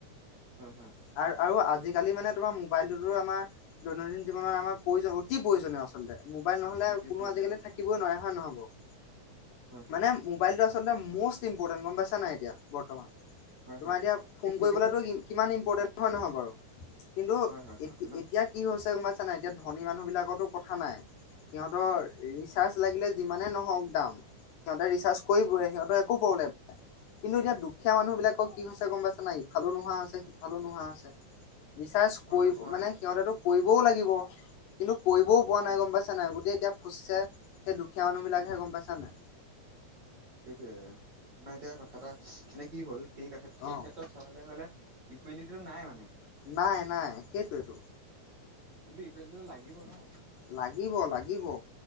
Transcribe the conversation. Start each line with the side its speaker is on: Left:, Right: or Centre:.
Right: হয় হয়
Left: আৰু আৰু আজি আলি মানে তোমাৰ মোবাইলটোতো আমাৰ দৈনন্দিন জীৱনত আমাৰ প্ৰয়োজন অতি প্ৰয়োজনীয় আচলতে মোবাইল নহ'লে
Right: অতি
Left: কোনো
Right: প্ৰয়োজনীয়
Left: আজিকালি থাকিবই নোৱাই হয় নহয়ব
Right: হয় হয়
Left: মানে মল আল মে গ পাইা নাই এতি বৰ্তমান
Right: হয়
Left: তোমাৰ
Right: হয়
Left: এতিয়া ফোন
Right: সেই
Left: কৰিবো
Right: ক্ষেত্ৰত
Left: কিমান নহয় নহয় বাৰু কিন্তু
Right: হয় হয় হয়
Left: ই
Right: হয় ন
Left: এতিয়া কি হৈছে কোনোবা চানাই এতিয়া ধনী মানুহ বিিলাকৰো কথা নাই সিহঁতৰ ৰিচাৰ্জ লাগিলে ন কৰিবই সিহঁতৰ একো প্ৰব্লেম কিন্তু এতিয়া দুখীয়া মানুহ বিিলাকক কি হৈছে গম পাইছে না ইফালো নোহোৱা হৈছে সিফালে নোহোৱা হৈছে চাৰজ
Right: হয়
Left: কৰি
Right: হয় চৰাইদেউ
Left: মানে কৰিবও লাগিব কিন্তু কৰিবও পৰা
Right: হয়
Left: নাই গম পাইছে নাই গোটেই এতিয়া ফুচিছে সেই দুখীয়া মানুহ বিলাকহে গম পাইছানে
Right: সেইটোোৱে তমাৰ এতিয়া কথা এটা মানে কি হ'ল সেই কথা সেই
Left: অ',
Right: ক্ষেত্ৰত চাবলে গলে ইকুৱেলিটিটো নাই মানে
Left: নাই নাই সেইটোোৱেতটো
Right: কিন্তু ইকুৱেলিটো লাগিব ন
Left: লাগিব লাগিব